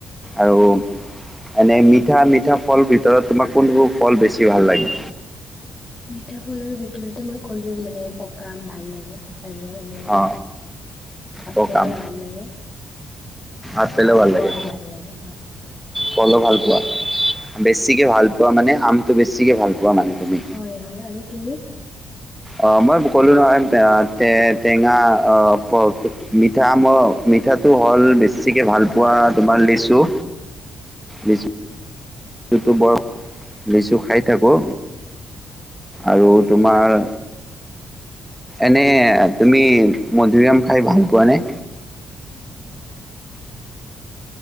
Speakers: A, in the centre; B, on the left.
A: আৰু। এনে মিঠ মিঠা মিঠা ফলৰ ভিতৰত তোমাক কোনবোৰ ফল বেছি ভাল লাগে?
B: মিঠা ফলৰ ভিতৰততে মই ক'লো মানে পকা আম ভাল লাগে। আৰু এনে
A: অ
B: আপেলো
A: পকাম
B: ভাল লাগে।
A: আপেলো
B: আৰু
A: ভাল লাগে
B: কল ভাল লাগে হয়
A: কলো ভাল পোৱা বেছিকে ভাল পোৱা মানে, আমটো বেছিকে ভাল পোৱা। মানে তুমি
B: হয় হয় আৰু তুমি
A: অ মই ক'লো নহয় টে টেঙা বেছিকৈ ভালপোৱা
B: হয় হয়
A: তোমাৰ লিষ্টোঁ বিশ লিচুটো বৰ লিচু খাই থাকো আৰু তোমাৰ এনে তুমি মধুুৰী আম খাই ভাল পোৱা নে
B: উ